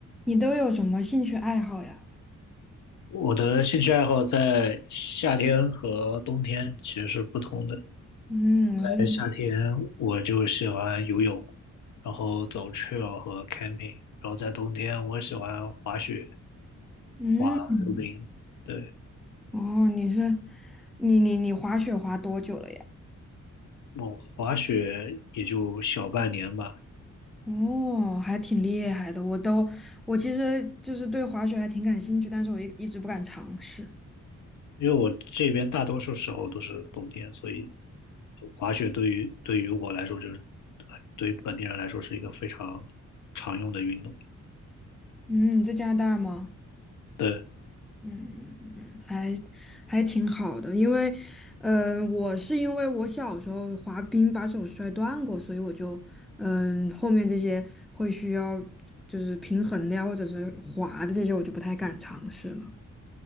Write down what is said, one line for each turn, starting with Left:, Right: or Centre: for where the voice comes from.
Centre: 你都有什么兴趣爱好呀？
Left: 我的兴趣爱好在夏天和冬天其实是不同的。
Centre: 嗯，是，
Left: 在夏天，我就喜欢游泳，然后走 trail 和 camping，然后在冬天，我喜欢滑雪、
Centre: 嗯，
Left: 滑溜冰。对，
Centre: 哦，你是，你你你滑雪滑多久了呀？
Left: 我滑雪也就小半年吧，
Centre: 哦，还挺厉害的。我都，我其实就是对滑雪还挺感兴趣，但是我一一直不敢尝试。
Left: 因为我这边大多数时候都是冬天，所以滑雪对于对于我来说，就是对于本地人来说是一个非常常用的运动。
Centre: 嗯，你在加拿大吗？
Left: 对。
Centre: 嗯，还还挺好的，因为，嗯、我是因为我小时候滑冰把手摔断过，所以我就，嗯、后面这些会需要就是平衡的呀，或者是滑的这些，我就不太敢尝试了。